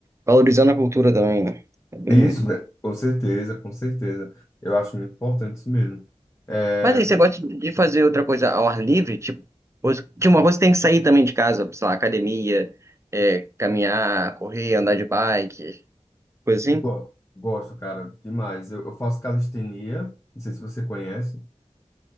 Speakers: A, on the right; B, on the left.
A: valorizando a cultura também, né? É bem,
B: Isso, né? Com certeza, com certeza. Eu acho muito importante isso mesmo. É,
A: Mas aí, você gosta de fazer outra coisa ao ar livre? Tipo, coisa- tipo, uma coisa que tem que sair também de casa, sei lá, academia, é, caminhar, correr, andar de bike, coisa assim?
B: go- gosto, cara, demais. Eu, eu faço calistenia, não sei se você conhece.